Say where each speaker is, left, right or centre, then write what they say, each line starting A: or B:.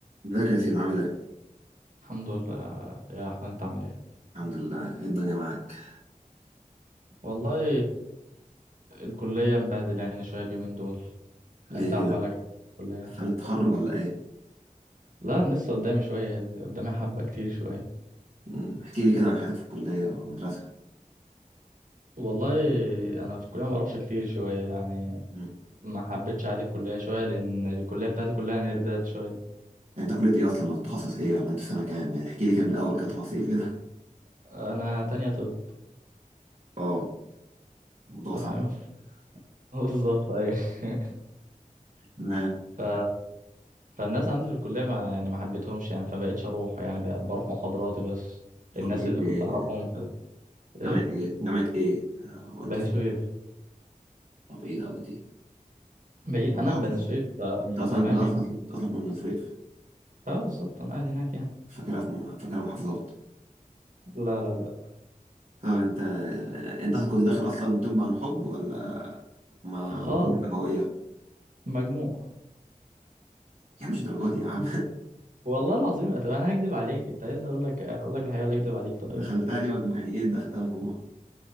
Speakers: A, on the right; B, on the right.
A: ازيك يا ياسين عامل ايه؟
B: الحمد لله يا احمد انت عامل ايه
A: الحمد لله ايه الدنيا معاك؟
B: والله الكليه مبهدله يعني شويه اليومين دول
A: ليه
B: انت
A: كده؟
B: احوالك الكليه
A: فن التخرج ولا ايه؟
B: لا انا لسه قدامي شويه قدامي حبه كتير شويه
A: مم. احكي لي كده عن حياتك في الكلية او المدرسة
B: والله انا في الكليه ما بروحش كتير شويه يعني
A: مم.
B: ما حبيتش عادي الكليه شويه لان الكليه بتاعتي كلها نيردات شويه
A: انت كلية ايه اصلا ولا تخصص ايه ولا انت في سنة كام؟ يعني احكي لي كده من الاول كده تفاصيل كده
B: انا تانية طب
A: اه الموضوع
B: تمام
A: صعب
B: ف- <laughs> بالظبط ايوه <laughs>
A: تمام
B: ف... فالناس عندي في الكليه ما يعني ما حبيتهمش يعني فبقيتش اروح يعني بق- بروح محاضراتي بس الناس
A: كلية
B: اللي
A: ايه؟
B: كنت اعرفهم
A: جامعة
B: ايه
A: ايه؟ جامعة ايه؟ آه، وانت
B: بني
A: فين؟
B: سويف
A: طب ايه ده اوي دي؟
B: بعيد
A: أنا
B: انا
A: محافظ
B: من بني سويف
A: دي.
B: ف...
A: انت
B: فتمام
A: اصلا انت اصلا
B: يعني
A: أنت أصلاً من بني سويف
B: اه بالظبط انا قاعد هناك يعني
A: فاكرها في م- فاكرها محافظات
B: لا لا لا
A: طب انت انت كنت داخل اصلا طب عن حب ولا ما
B: خالص
A: مقابلة قوية؟
B: مجموع
A: يا عم مش الدرجه دي يا عم
B: والله العظيم طب انا هكدب عليك انت عايز اقول لك اقول لك الحقيقه ولا اكدب عليك
A: <laughs>
B: طيب
A: دخلتها ليه مجموعة يعني ايه دخلتها مجموعة